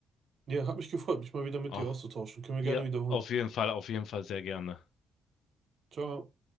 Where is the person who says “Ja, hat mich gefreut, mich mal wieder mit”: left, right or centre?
Right